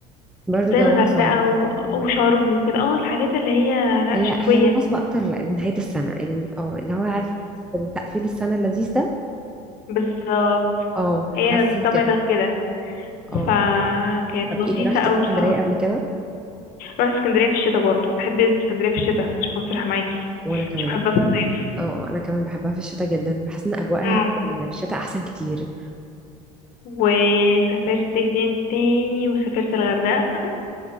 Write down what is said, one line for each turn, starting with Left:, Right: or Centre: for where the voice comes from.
Centre: برضو
Left: زي
Centre: جوها
Left: الغردقه
Centre: صعب
Left: و-
Centre: مم.
Left: وشرم وكده اه الحاجات اللي هي لا
Centre: هي
Left: شتويه
Centre: هي مناسبه اكتر ل- لنهايه السنه ال- اه اللي هو عارفه في تقفيل السنه اللذيذ ده
Left: بالظبط
Centre: اه حسيت
Left: هي الطبع
Centre: كده
Left: ده كده
Centre: اه
Left: فكانت
Centre: طب
Left: لطيفة
Centre: ايه رحت
Left: قوي
Centre: اسكندريه
Left: بصراحة
Centre: قبل كده
Left: رحت اسكندرية في الشتاء برضو بحب اسكندرية في الشتاء مش هكون صريحة معاكي
Centre: وانا كمان
Left: مش بحبها في الصيف
Centre: اه انا كمان بحبها في الشتاء جدا بحس ان اجواءها
Left: اه
Centre: في الشتاء احسن كتير
Left: وسافرت فين تاني وسافرت الغردقة